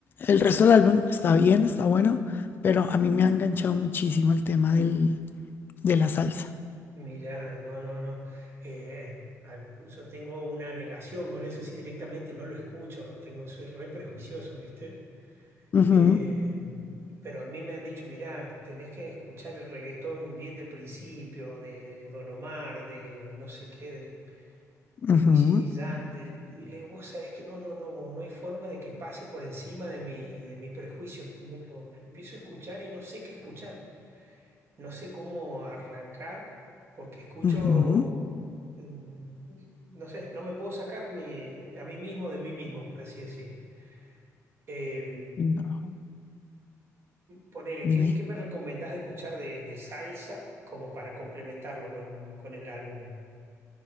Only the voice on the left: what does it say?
el resto del álbum está bien, está bueno, pero a mí me ha enganchado muchísimo el tema del, de la salsa.
Ujú,
ujú,
ujú.
No,
dime.